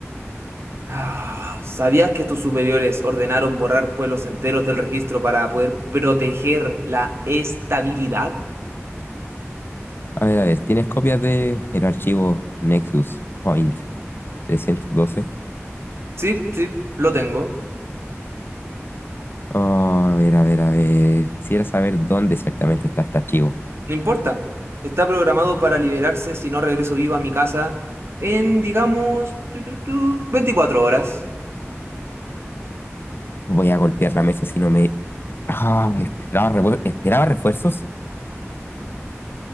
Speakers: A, on the right; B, on the left.
A: Ah, ¿sabías que tus superiores ordenaron borrar pueblos enteros del registro para poder proteger la estabilidad?
B: A ver, a ver, ¿tienes copias de el archivo Nexus Point trescientos doce.
A: Sí, sí, lo tengo.
B: Oh, a ver, a ver, a ver. Quisiera saber dónde exactamente está este archivo.
A: No importa. Está programado para liberarse si no regreso vivo a mi casa en, digamos, tu, tu, tu, 24 horas.
B: Voy a golpear la mesa si no me... Ah, esperaba, revuel- esperaba refuerzos.